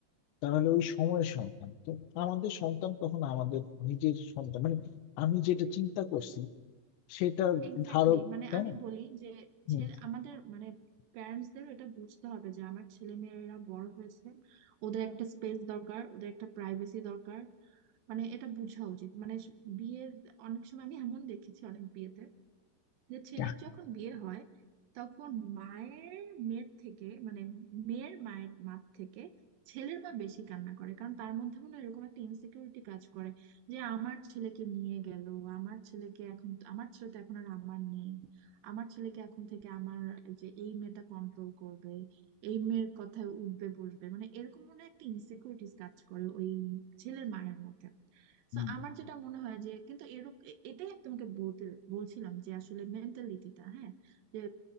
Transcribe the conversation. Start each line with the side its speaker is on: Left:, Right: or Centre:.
Left: তাহলে ওই সময়ের সন্তান তো আমাদের সন্তান কখন আমাদের নিজের সন্তান মানে আমি যেটা চিন্তা করছি সেটা
Right: এক্স্যাক্টলি
Left: ধারক
Right: মানে
Left: তাই
Right: আমি
Left: না
Right: বলি যে
Left: হুম।
Right: ছেলে আমাদের মানে প্যারেন্টস দের এটা বুঝতে হবে যে আমার ছেলে মেয়েরা বড় হয়েছে ওদের একটা স্পেস দরকার ওদের একটা প্রাইভেসি দরকার মানে এটা বোঝা উচিত মানে স- বিয়ের অনেক সময় আমি এমন দেখেছি অনেক বিয়েতে যে ছেলের
Left: যাক।
Right: যখন বিয়ে হয় তখন মায়ের মেয়ের থেকে মানে মেয়ের মায়ের মা থেকে ছেলের মা বেশি কান্না করে কারণ তার মধ্যে মনে হয় এরকম একটা ইনসিকিউরিটি কাজ করে যে আমার ছেলেকে নিয়ে গেল আমার ছেলেকে এখন আমার ছেলে তো এখন আর আমার নেই আমার ছেলেকে এখন থেকে আমার যে এই মেয়েটা কন্ট্রোল করবে এই মেয়ের কথায় উঠবে বসবে মানে এরকম মনে হয় একটা ইনসিকিউরিটিস কাজ করে ওই ছেলের মায়ের মধ্যে
Left: হুম,
Right: তো আমার যেটা মনে হয় যে কিন্তু এরূপ এ- এটাই আমি তোমাকে বলতে বলছিলাম যে আসলে মেন্টালিটিটা হ্যাঁ যে